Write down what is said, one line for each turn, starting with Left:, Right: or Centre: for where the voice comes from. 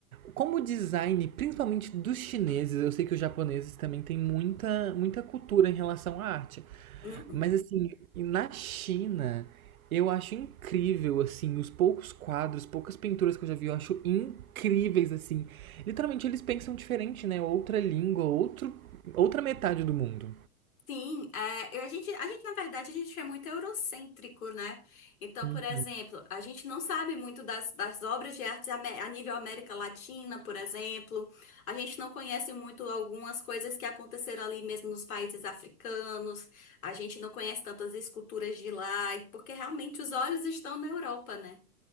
Right: como design, principalmente dos chineses, eu sei que os japoneses também têm muita, muita cultura em relação à arte.
Left: Uhum.
Right: Mas assim, na China, eu acho incrível assim, os poucos quadros, poucas pinturas que eu já vi, eu acho incríveis assim. Literalmente eles pensam diferente, né? Outra língua, outro, outra metade do mundo.
Left: Sim, é, eu- a gente, a gente, na verdade, a gente é muito eurocêntrico, né? Então,
Right: Hum.
Left: por exemplo, a gente não sabe muito das, das obras de arte ame- a nível América Latina, por exemplo. A gente não conhece muito algumas coisas que aconteceram ali mesmo nos países africanos. A gente não conhece tantas esculturas de lá, porque realmente os olhos estão na Europa, né?